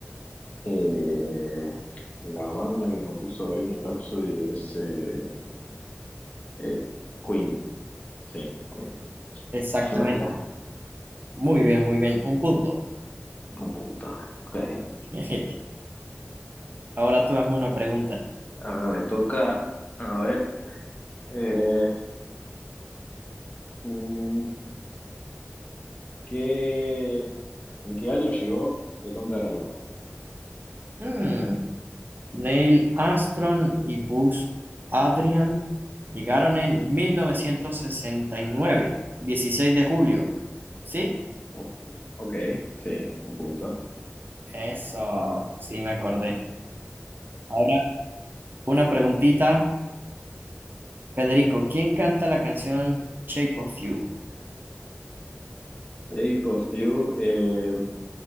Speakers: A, on the left; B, on the right.
A: Eh, la banda que compuso Bohemian Rhapsody es eh, eh, Queen. Sí, Queen. <laughs>
B: Exactamente.
A: Se me había
B: Muy bien, muy bien. Un punto.
A: un punto. Ok.
B: <laughs> Ahora tú hazme una pregunta.
A: Ahora me toca, a ver, eh, mm, ¿qué, en qué año llegó el hombre a la luna?
B: Hmm, Neil Armstrong y Buzz Adrian llegaron en 1969, 16 de julio. ¿Sí?
A: Ok, Ok, sí, un punto.
B: Eso, sí me acordé. Ahora, una preguntita, Federico, ¿quién canta la canción Shape of You?
A: Shape of You eh,